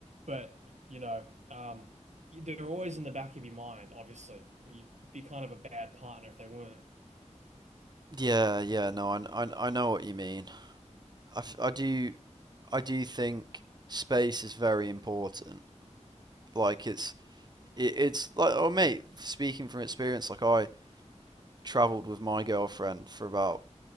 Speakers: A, on the right (about 70°); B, on the right (about 35°).
A: but you know, um, they're always in the back of your mind. Obviously, you'd be kind of a bad partner if they weren't.
B: Yeah, yeah, no, I, I, I know what you mean. I, I do I do think space is very important. Like it's it, it's like oh mate, speaking from experience, like I traveled with my girlfriend for about